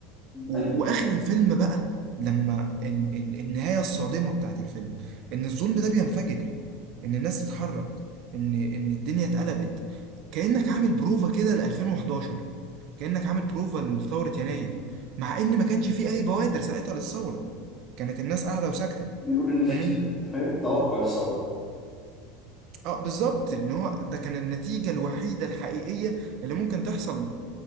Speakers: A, on the right; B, on the left.
A: و-
B: أيوه
A: واخر الفيلم بقى لما ال ال النهايه الصادمه بتاعت الفيلم ان الظلم ده بينفجر ان الناس تتحرك ان ان الدنيا اتقلبت كانك عامل بروفا كده ل 2011 كانك عامل بروفا لثوره يناير مع ان ما كانش فيه اي بوادر ساعتها للثوره كانت الناس قاعده وساكته
B: بيقول إن في
A: فاهم
B: فاهم توقع للثورة
A: اه بالظبط ان هو ده كان النتيجه الوحيده الحقيقيه اللي ممكن تحصل ل-